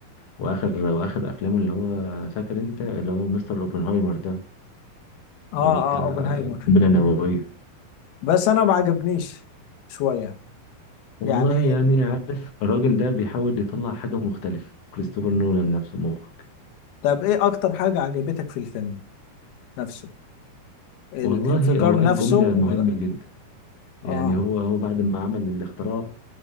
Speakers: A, on the left (about 65°); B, on the left (about 85°).
A: واخر واخر افلامه اللي هو فاكر انت اللي هو مستر اوبنهايمر ده
B: اه
A: اللي هو بتاع
B: اه اوبنهايمر
A: القنبله النوويه
B: بس انا ما عجبنيش شوية
A: والله
B: يعني
A: يعني عارف الراجل ده بيحاول يطلع حاجة مختلفة كريستوفر نولان نفسه مخرج
B: طب ايه اكتر حاجة عجبتك في الفيلم نفسه الانفجار
A: والله هو قال
B: نفسه
A: جملة
B: ولا
A: مهمة جدا يعني
B: اه
A: هو هو بعد ما عمل الاختراع